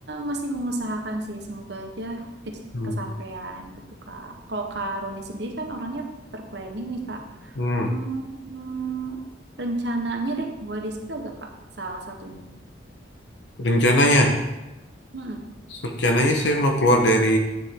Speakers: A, on the right; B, on the left.
A: masih mengusahakan sih, semoga aja ke-
B: hmm,
A: kesampaian gitu Kak. Kalau Kak Roni sendiri kan orangnya terplanning nih Kak.
B: hmm.
A: Hmm, rencananya deh gue di situ agak kak salah satunya.
B: Rencananya,
A: Mm-mm.
B: rencananya saya mau keluar dari